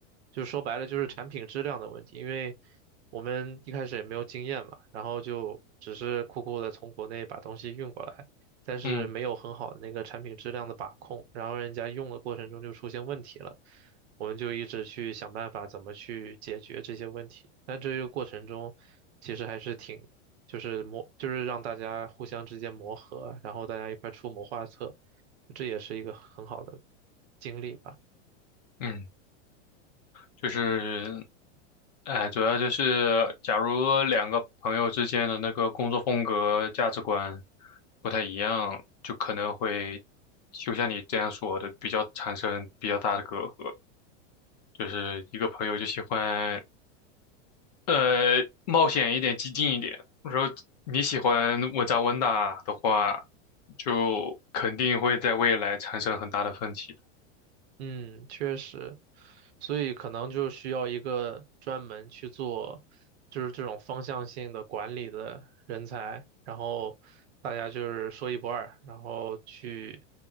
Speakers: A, on the right (about 60°); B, on the left (about 35°).
A: 就是说白了就是产品质量的问题，因为我们一开始也没有经验嘛，然后就只是酷酷的从国内把东西运过来。但是没有很好的那个产品质量的把控，
B: 嗯
A: 然后人家用的过程中就出现问题了，我们就一直去想办法怎么去解决这些问题。但这个过程中，其实还是挺，就是磨，就是让大家互相之间磨合，然后大家一块出谋划策，这也是一个很好的经历吧。
B: 嗯，就是，哎，主要就是，假如两个朋友之间的那个工作风格、价值观不太一样，就可能会，就像你这样说的，比较产生比较大的隔阂。就是一个朋友就喜欢呃，冒险一点，激进一点。我说你喜欢稳扎稳打的话，就肯定会在未来产生很大的分歧的。
A: 嗯，确实，所以可能就需要一个专门去做，就是这种方向性的管理的人才，然后大家就是说一不二，然后去，